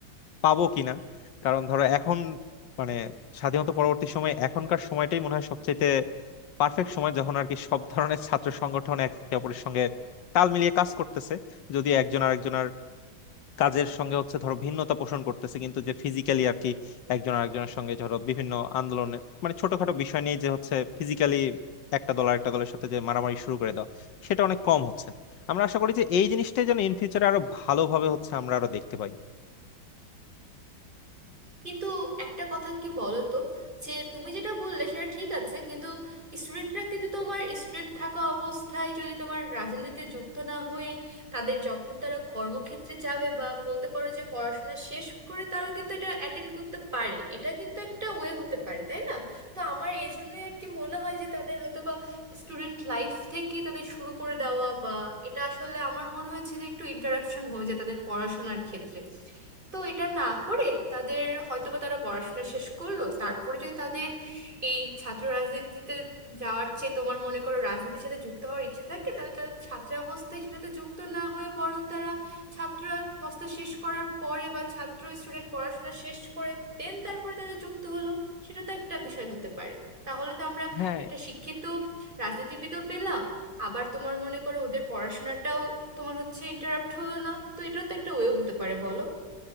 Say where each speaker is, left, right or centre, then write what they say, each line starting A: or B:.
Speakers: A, on the left; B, on the right.
A: পাবো কিনা কারণ ধরো এখন মানে স্বাধীনতা পরবর্তী সময়ে এখনকার সময়টাই মনে হয় সবচেয়ে পারফেক্ট সময় যখন আর কি সব ধরনের ছাত্র সংগঠন একে অপরের সঙ্গে তাল মিলিয়ে কাজ করতেছে যদি একজন আরেকজনের কাজের সঙ্গে হচ্ছে ধরো ভিন্নতা পোষণ করতেছে কিন্তু যে ফিজিক্যালি আর কি একজন আরেকজনের সঙ্গে ধরো বিভিন্ন আন্দোলনের মানে ছোটখাটো বিষয় নিয়ে যে হচ্ছে ফিজিক্যালি একটা দল আর একটা দলের সাথে যে মারামারি শুরু করে দাও সেটা অনেক কম হচ্ছে আমরা আশা করি যে এই জিনিসটা যেন ইন ফিউচারে আরো ভালোভাবে হচ্ছে আমরা আরো দেখতে পাই
B: কিন্তু একটা কথা কি বলো তো যে তুমি যেটা বললে সেটা ঠিক আছে কিন্তু স্টুডেন্টরা কিন্তু তোমার স্টুডেন্ট থাকা অবস্থায় যদি তোমার রাজনীতিতে যুক্ত না হয়ে তাদের যখন তারা কর্মক্ষেত্রে যাবে বা বলতে পারো যে পড়াশোনা শেষ করে তারা কিন্তু এটা অ্যাটেন্ড করতে পারে এটা কিন্তু একটা ওয়ে হতে পারে তাই না তো আমার এই জন্যই আর কি মনে হয় যে তাদের হয়তো বা স্টুডেন্ট লাইফ থেকে তাদের শুরু করে দেওয়া বা এটা আসলে আমার মনে হয়েছে যে একটু ইন্টারাপশন হয়ে যায় তাদের পড়াশোনার ক্ষেত্রে তো এটা না করে তাদের হয়তোবা তারা পড়াশোনা শেষ করলো তারপরে যদি তাদের এই ছাত্র রাজনীতিতে যাওয়ার চেয়ে তোমার মনে করো রাজনীতির সাথে যুক্ত হওয়ার ইচ্ছে থাকে তাহলে তারা ছাত্রাবস্থায় সেটাতে যুক্ত না হয়ে বরং তারা ছাত্রাবস্থা শেষ করার পরে বা ছাত্র স্টুডেন্ট পড়াশোনা শেষ করে দেন তারপরে তারা যুক্ত হলো সেটা তো একটা বিষয় হতে পারে তাহলে তো আমরা
A: হ্যাঁ
B: একটা শিক্ষিত রাজনীতিবিদও পেলাম আবার তোমার মনে করো ওদের পড়াশোনাটাও তোমার হচ্ছে ইন্টারাপ্ট হলো না তো এটাও তো একটা ওয়ে হতে পারে বলো